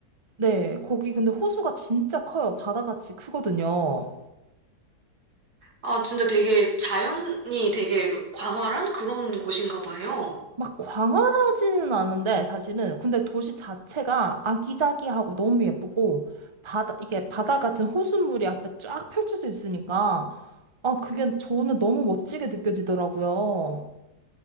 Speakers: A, on the right; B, on the right.
A: 네, 거기 근데 호수가 진짜 커요. 바다같이 크거든요.
B: 아, 진짜 되게 자연이 되게 광활한 그런 곳인가 봐요.
A: 막 광활하지는 않은데 사실은 근데 도시 자체가 아기자기하고 너무 예쁘고 바다 이게 바다 같은 호수물이 앞에 쫙 펼쳐져 있으니까 아, 그게 저는 너무 멋지게 느껴지더라고요.